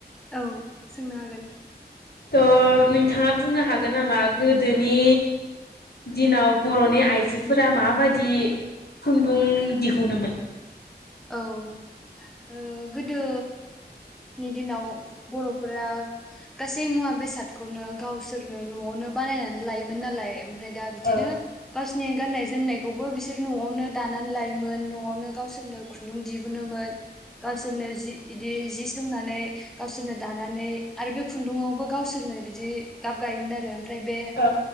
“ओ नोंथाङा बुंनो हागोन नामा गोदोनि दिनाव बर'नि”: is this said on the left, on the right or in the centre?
Left